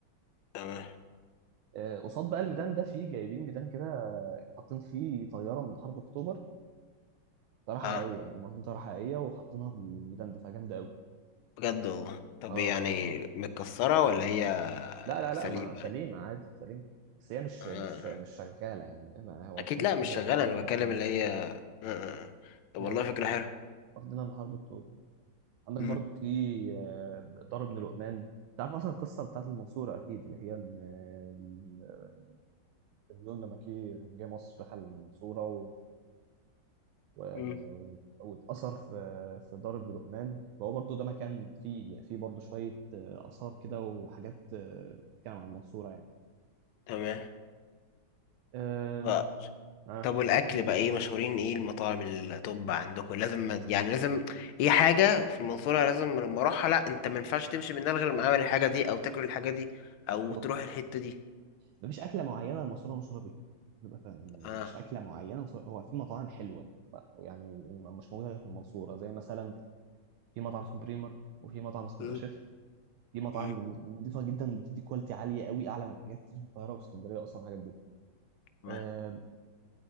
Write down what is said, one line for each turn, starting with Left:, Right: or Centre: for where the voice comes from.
Left: تمام
Right: آه، قصاد بقى الميدان ده فيه جايبين ميدان كده آه، حاطين فيه طياره من حرب اكتوبر طياره حقيقيه
Left: اه
Right: يعني هم واخدين طياره حقيقيه وحاطينها في الميدان ده فجامده قوي
Left: بجد والله طب
Right: اه
Left: يعني
Right: اه اه
Left: متكسرة ولا هي
Right: لا لا
Left: سليمة؟
Right: لا ما سليمة عادي سليمة بس هي مش
Left: آه.
Right: مش مش شغالة يعني ما هو
Left: أكيد
Right: واخدينها
Left: لأ
Right: كده
Left: مش شغالة
Right: اه
Left: أنا بتكلم
Right: اه
Left: اللي هي آه. آه. آه. طب والله
Right: ايوه
Left: فكرة حلوة
Right: واخدينها من حرب اكتوبر عندك
Left: مم.
Right: برضو في آه، دار ابن لقمان تعرف اصلا القصه بتاعت المنصوره اكيد اللي هي ان آه، ال- النابليون لما كي- لما جه مصر دخل المنصوره و...
Left: مم.
Right: و- واتأثر في في دار ابن لقمان فهو برضه ده مكان فيه فيه برضه شوية آه، آثار كده وحاجات آه، بتتكلم عن المنصورة يعني
Left: تمام
Right: أم...
Left: ف-
Right: آه.
Left: طب والأكل بقى إيه مشهورين إيه المطاعم التوب عندكم لازم يعني لازم إيه حاجة في المنصورة لازم لما أروحها لأ أنت ما ينفعش تمشي من هنا غير لما أعمل الحاجة دي أو تاكل الحاجة دي أو
Right: بص
Left: تروح الحتة دي
Right: مفيش أكلة معينة المنصورة مشهورة بيها تبقى فاهم يعني
Left: آه
Right: مفيش أكلة معينة المنصورة- هو في مطاعم حلوة ف- يعني مش موجودة غير في المنصورة زي مثلا في مطعم اسمه بريمر وفي مطعم اسمه
Left: مم.
Right: داشيف دي مطاعم
Left: مم.
Right: نظيفة جدا وبتدي كواليتي عالية قوي أعلى من حاجات كتير في القاهرة واسكندرية أصلا الحاجات دي
Left: تمام
Right: آه،